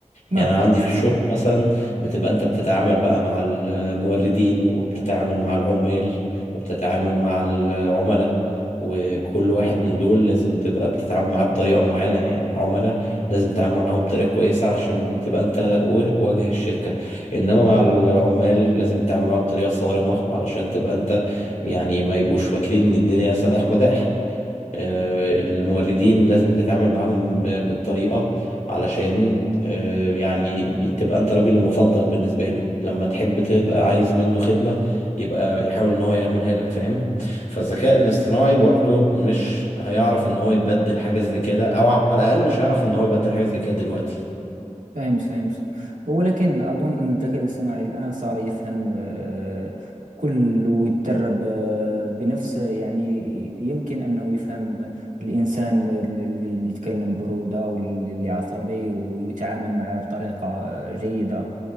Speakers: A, on the right; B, on the left.
A: ما
B: يعني
A: هو
B: أنا عندي في الشغل مثلا بتبقى أنت بتتعامل بقى مع الموردين وبتتعامل مع العمال وبتتعامل مع العملاء وكل واحد من دول لازم تبقى بتتعامل معاه بطريقة معينة يعني العملاء لازم تتعامل معاهم بطريقة كويسة عشان تبقى أنت و- وجه الشركة إنما مع العمال لازم تتعامل معاهم بطريقة صارمة علشان تبقى أنت يعني ما يبقوش فاكرين إن الدنيا سداح مداح آه، الموردين لازم تتعامل معاهم آه، بالطريقة علشان آه، يعني تبقى انت راجل مفضل بالنسبة له لما تحب تبقى عايز منه خدمة يبقى يحاول ان هو يعملها لك فاهم فالذكاء الاصطناعي برضو مش هيعرف ان هو يبدل حاجة زي كده او على الاقل مش هيعرف ان هو يبدل حاجة زي كده دلوقتي
A: فهمت فهمت ولكن أظن أن الذكاء الاصطناعي الآن صار يفهم آه، كل ويتدرب آه، بنفسه يعني يمكن أنه يفهم الإنسان اللي اللي يتكلم برودة واللي عصبي ويتعامل معه بطريقة آه، جيدة